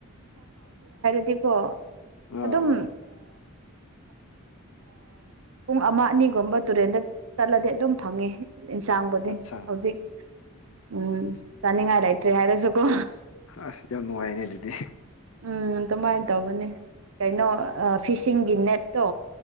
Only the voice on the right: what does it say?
ꯑꯗꯨꯗꯤꯀꯣ ꯑꯗꯨꯝ
ꯄꯨꯡ ꯑꯃ ꯑꯅꯤꯒꯨꯝꯕ ꯇꯨꯔꯦꯟꯗ ꯆꯠꯂꯗꯤ ꯑꯗꯨꯝ ꯐꯪꯉꯤ ꯏꯟꯁꯥꯡꯕꯨꯗꯤ
ꯍꯧꯖꯤꯛ ꯎꯝ ꯆꯅꯤꯡ ꯉꯥꯏꯂꯥꯏꯇ꯭ꯔꯦ ꯍꯥꯏꯔꯁꯨ ꯀꯣ
ꯎꯝ ꯑꯗꯨꯃꯥꯏꯅ ꯇꯧꯕꯅꯦ ꯀꯩꯅꯣ ꯐꯤꯁꯤꯡꯒꯤ ꯅꯠꯇꯣ